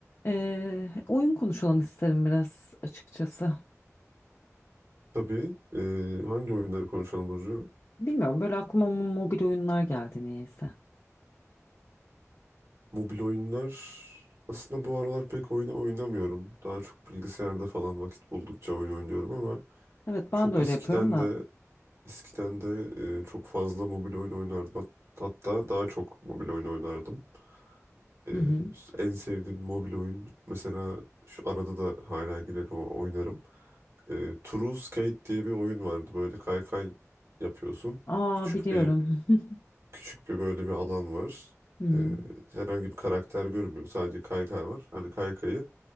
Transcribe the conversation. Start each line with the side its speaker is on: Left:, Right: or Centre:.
Left: Ee, oyun konuşalım isterim biraz açıkçası.
Right: Tabii. Ee, hangi oyunları konuşalım Burcu?
Left: Bilmiyorum böyle aklıma mo- mobil oyunlar geldi niyeyse.
Right: Mobil oyunlar aslında bu aralar pek oyna oynamıyorum. Daha çok bilgisayarda falan vakit buldukça oyun oynuyorum ama
Left: Evet ben
Right: çok
Left: de öyle
Right: eskiden
Left: yapıyorum da.
Right: de eskiden de e, çok fazla mobil oyun oynardım. Hat- Hatta daha çok mobil oyun oynardım. Ee,
Left: Hı hı.
Right: en sevdiğim mobil oyun mesela şu arada da hala girer o oynarım. Ee, True Skate diye bir oyun vardı. Böyle kaykay yapıyorsun.
Left: Aa
Right: Küçük
Left: biliyorum.
Right: bir
Left: <laughs>
Right: Küçük bir böyle bir alan var.
Left: Hı hı.
Right: Ee, herhangi bir karakter görünmüyor. Sadece kaykay var. Hani kaykayı